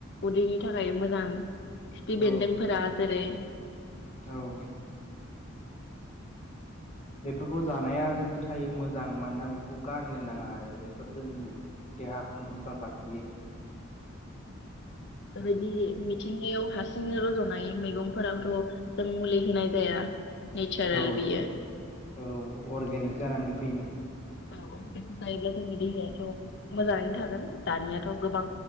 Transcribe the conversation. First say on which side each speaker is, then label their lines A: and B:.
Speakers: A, on the left; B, on the left.
A: उदैनि थाखाय मोजां खिफि बेन्दोंफोरा
B: औ
A: जेरै
B: औ बेफोरखौ जानाया जोंनि थाखाय मोजां मानोना बेफोरखौ गारनो नाङा आरो बेफोर जोंनि देहाखौ मोजां लाखियो।
A: बेबायदि मिथिंगायाव हारसिंनो रज'नाय मैगंफोरावथ' जों मुलि होनाय जाया। नेचारेल
B: औ
A: बियो।
B: औ अरगेनिक जानानै फैयो।
A: औ बेखौ जायोब्ला जोंनि देहायाथ' मोजाङैनो थागोन दानिया थ' गोबां